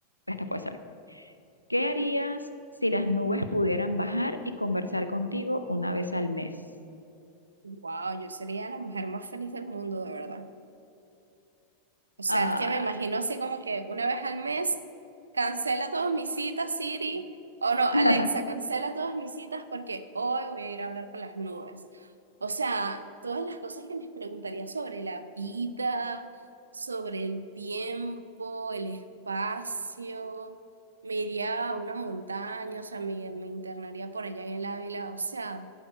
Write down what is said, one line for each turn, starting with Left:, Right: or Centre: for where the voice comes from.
Left: esta puede ser. ¿Qué harías si las nubes pudieran bajar y conversar contigo una vez al mes?
Right: Wow, yo sería la mujer más feliz del mundo, de verdad. O sea,
Left: Ah,
Right: es que me imagino así como que una vez al mes cancela todas mis citas, Siri. O no,
Left: <laughs>
Right: Alexa, cancela todas mis citas porque hoy voy a ir a hablar con las nubes. O sea, todas las cosas que les preguntaría sobre la vida, sobre el tiempo, el espacio. Me iría a una montaña, o sea, me, me internaría por allá en el Ávila. O sea,